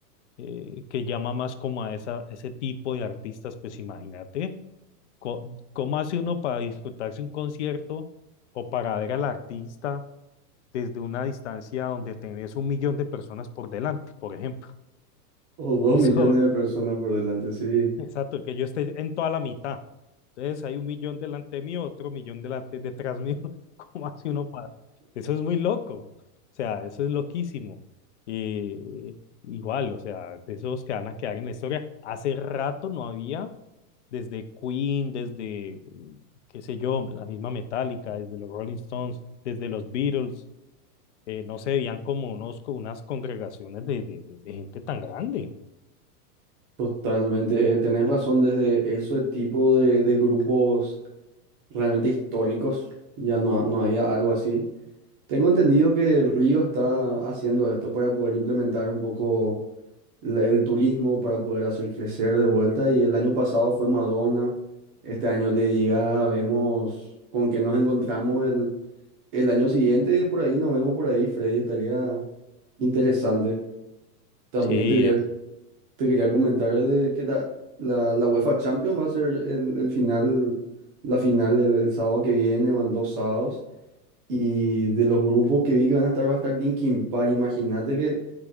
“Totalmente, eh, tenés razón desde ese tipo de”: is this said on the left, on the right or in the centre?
Right